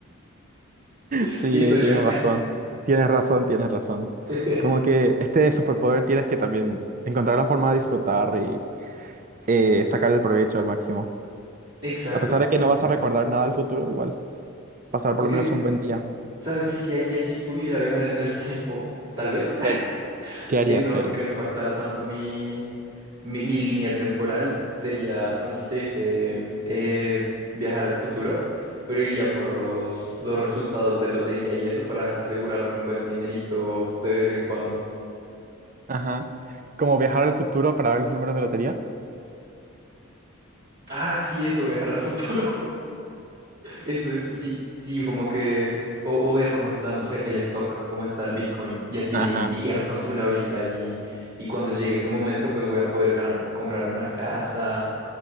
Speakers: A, on the right; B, on the right.
A: <laughs>
B: Sí,
A: siento
B: ahí
A: yo.
B: tienes razón. Tienes razón, tienes razón.
A: <laughs>
B: Como que este superpoder tienes que también encontrar la forma de disfrutar y eh, sacar el provecho al máximo.
A: Exacto.
B: A pesar de que no vas a recordar nada del futuro, igual pasar por
A: Aunque
B: lo menos un buen día.
A: ¿Sabes qué sí haría si pudiera viajar en el tiempo? Tal vez, <laughs>
B: ¿Qué harías? ¿Qué harías?
A: que no,
B: ¿Qué harías?
A: que no impactara tanto mi, mi, mi línea temporal. Sería, no sé si te viste mm, eh, viajar al futuro, pero iría por los, los resultados de lotería y eso para asegurarme un buen dinerito de vez en cuando.
B: Ajá. Como viajar al futuro para ver los números de lotería.
A: Ah, sí, eso, viajar al futuro. Eso, eso, sí. Sí, como que, o, o ver cómo está, no sé, el stock, cómo está el Bitcoin, y así
B: Ajá.
A: le invierto full ahorita y, y cuando llegue ese momento, pues voy a poder ganar- comprarme una casa,